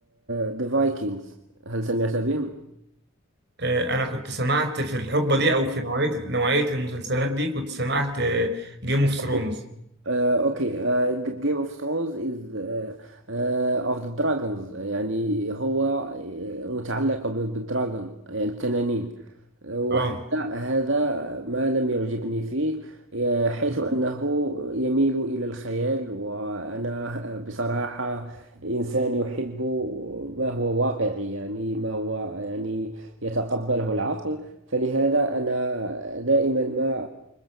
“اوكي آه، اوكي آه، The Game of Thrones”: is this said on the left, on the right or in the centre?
Right